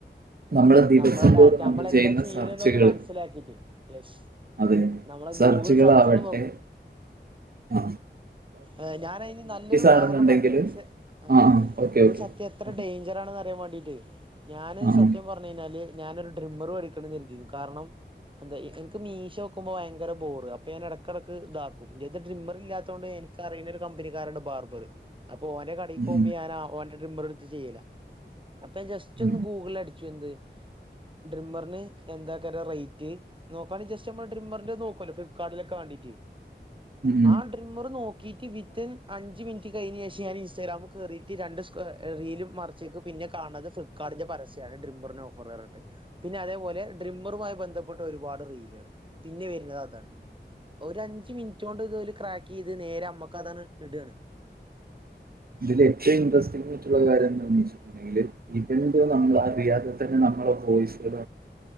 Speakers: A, on the right; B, on the right.
A: നമ്മള് ദിവസം
B: നമ്മളെ ഡാറ്റ
A: തോറും നമ്മള്
B: നമ്മളെന്താ
A: ചെയ്യുന്ന
B: ചെയ്യണേന്ന്
A: സർച്ചകള്
B: ഓല് മനസ്സിലാക്കിട്ട് യെസ്
A: അതെ
B: നമ്മളെ
A: സെർച്ചുകളാവട്ടെ
B: ഗൂഗിൾ സെർച്ചുകൾ
A: ആഹ്
B: ആഹ് ഞാനയ്ന് നല്ലൊരു ഉദാഹരണം
A: ആണെന്നുണ്ടെങ്കിലും
B: പറയട്ടോ
A: ആ
B: ആഹ്
A: ആ ഓക്കെ
B: ഇത്
A: ഓക്കെ
B: സത്യ അത്ര
A: ആ
B: ഡേഞ്ചറണ് അറിയാൻ വേണ്ടിട്ട് ഞൻ
A: ആ
B: സത്യം
A: ഉം
B: പർ റഞ്ഞ് കിഞ്ഞാല് ഞാനൊരു ഡ്രിമ്മറും മേടിക്കണം കര്തീന്നു കാരണം എന്താ എനിക്ക് മീശ വോക്ക്പോ ഭയങ്കര ബോറ് അപ്പൊ ഞാൻ എടക്കിടക്ക് ഇതാക്കും ഇത് ഡ്രിമ്മർ ഇല്ലാത്തോണ്ടെ കൊണ്ട്നി ക്കറിയ്ണ ഒരു കമ്പനിക്കാരണ്ട് ബാർബര് അപ്പൊ ഓന്റെ കടക്കോക്മ്പ
A: ഉം
B: ഞാനാ ഓന്റെ ട്രിമർ എടുത്ത് ചെയ്യല്ല അപ്പൊ ജസ്റ്റ്
A: ഉം
B: ഒന്ന് ഗൂഗിളിൽ അട ച്ചു എന്ത് ഡ്രിമ്മറിന് എന്താകര റേറ്റ്? നോക്കാണെ ജസ്റ്റ് നമ്മള് ഡ്രിമ്മറിന്റെ നോക്കല്ലോ ഫ്ലിപ്കാർട്ടിലൊക്കെ വേണ്ടിട്ട്
A: ഉം
B: ആഹ് ട്രിമ്മറ് നോക്കിയിട്ട് വിത്ത്ൻ അഞ്ച് മിനിറ്റ് കഴിഞ്ഞ ശേഷ ഞാൻ ഇൻസ്റ്റഗാമിൽ കേറിയിട്ട് രണ്ട് റീലും മറ ചെക്ക് പിന്നെ കാണുന്നത് ഫ്ളിപ്കാട്ടിന്റെ പരസ്യം ഡിമ്മറി ഓഫർയട്ട് പിന്നെ അതേപലെ ഡിമ്മറുമായി ബന്ധപ്പെട്ട ഒരുപാട് റീലുകൾ പിന്നെ വര്ണത് അതാണ് ഒരഞ്ച് മിനിറ്റ് കൊണ്ട് ഇത് ഓല് ക്രാക്ക് ചെയ്ത് നേരെ അമ്മക്ക് അതാണ് ഇടണ്
A: ഇതില് ഏറ്റവും ഇൻട്രസ്റ്റ്ള്ള കാര്യംന്താന്ന്ച്ചയ്ഞ്ഞാൽ <unintelligible> നമ്മള് അറിയാത തന്നെ നമ്മളെ വോയിസ <unintelligible>